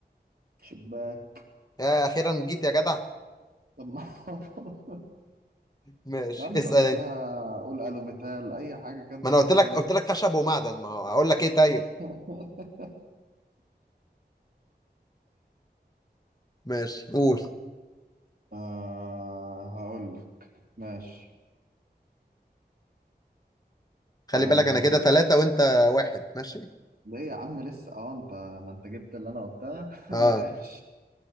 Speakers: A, on the right; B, on the left.
A: شباك
B: يا اخيرا جيت يا جدع
A: طب ما <laughs>
B: ماشي
A: يا عم
B: اسال
A: طب اديها
B: انت
A: قول الو مثال اي حاجه كان
B: ما
A: سهل
B: انا قلت لك
A: بيها
B: قلت لك خشب ومعدن ما هو اقول لك ايه طيب
A: <laughs>
B: ماشي قول
A: آه هقول لك ماشي
B: خلي
A: آه
B: بالك انا كده ثلاثة وانت واحد ماشي
A: ليه يا عم لسه اه انت ما انت جبت اللي انا قلتها <laughs>
B: اه
A: ماشي